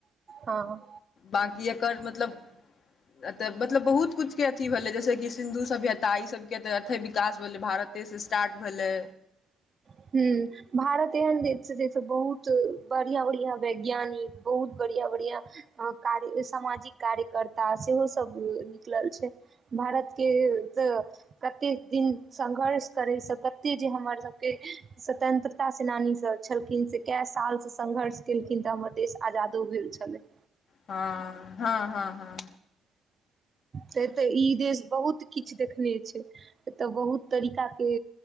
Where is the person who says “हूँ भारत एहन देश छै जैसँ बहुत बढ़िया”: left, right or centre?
Right